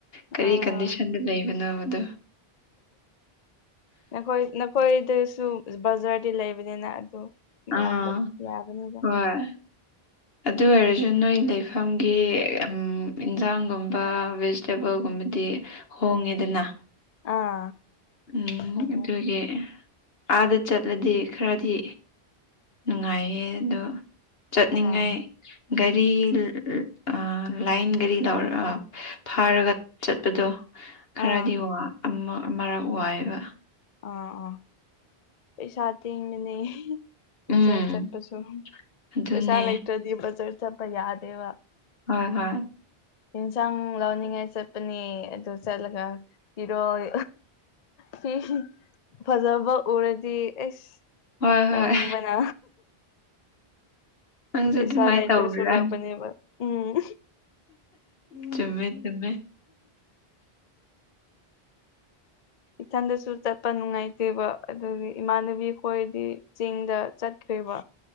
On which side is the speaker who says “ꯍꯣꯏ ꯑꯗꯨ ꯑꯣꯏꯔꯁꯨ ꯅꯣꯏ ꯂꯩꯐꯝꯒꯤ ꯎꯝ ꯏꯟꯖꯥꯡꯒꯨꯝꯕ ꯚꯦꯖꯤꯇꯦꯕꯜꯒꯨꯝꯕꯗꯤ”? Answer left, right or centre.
Left